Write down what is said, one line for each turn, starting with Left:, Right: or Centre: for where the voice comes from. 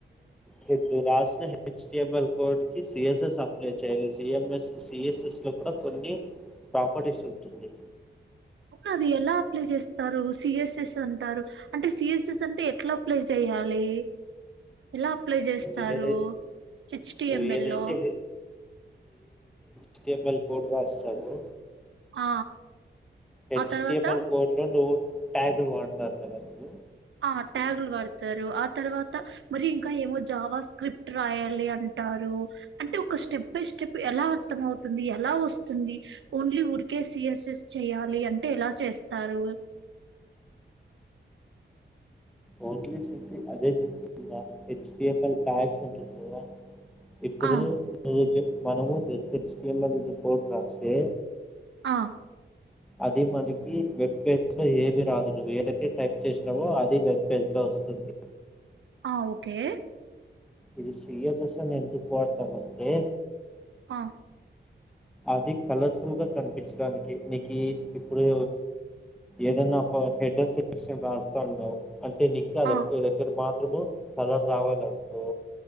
Centre: హ రాసిన హెచ్డిఎంఎల్ కోడ్కి సిఎస్ఎస్ అప్లై చేయాలి సఎంఎస్ సిఎస్ఎస్లో కూడా కొన్ని ప్రాపర్టీస్ ఉంటుంది
Right: అది ఎలా అప్లై చేస్తారు సిఎస్ఎస్ అంటారు అంటే సిఎస్ఎస్ అంటే ఎట్లా అప్లై చేయాలి ఎలా అప్లై చేస్తారు
Centre: నువ్వు ఏదై
Right: హెచ్టిఎంఎల్లో
Centre: నువ్వు ఏదైతే స్టేబుల్ కోడ్ రాస్తారు
Right: ఆ
Centre: హెచ్టిఎమ్ల
Right: ఆ తర్వాత
Centre: కోడ్లలు ట్యాగలు వాడతారు కదా మీరు
Right: ఆ ట్యాగులు వాడతారు ఆ తర్వాత మరి కానీ ఏమో జావా స్క్రిప్ట్ రాయ అంటారు అంటే ఒక స్టెప్ బై స్టెప్ ఎలా అర్థం అవుతుంది ఎలా వస్తుంది ఓన్లీ ఊరికే సిఎస్ఎస్ చేయాలి అంటే ఎలా చేస్తారు
Centre: ఓన్లీ సి సి అదే చెప్తుంది హెచ్టిఎమ్ల టాగ్స్ ఉంటుంది కదా ఇప్పుడు
Right: ఆ
Centre: రోజు మనము జెచ్ హెచ్టిఎమ్ యల్ కోడు రాస్తే
Right: ఆ
Centre: అది మనకి వెబ్ పేజ్ లో ఏమి రాదు నువ్వు ఏదైతే టైప్ చేసినావో అది వెబ్ పెట్లా వస్తది
Right: ఆ ఓకే
Centre: ఇది సిఎస్ఎస్ అని ఎందుకు వాడతారంటే
Right: ఆ
Centre: అది కలర్ఫుల్ గా కనిపించడానికి నీకు ఇప్పుడు ఏదైనా హెడర్ సెక్షన్ రాస్తా ఉన్నావు అంటే నికా
Right: ఆ
Centre: దొక్క దగ్గర మా ఇప్పుడు తలాం రావాలనుకో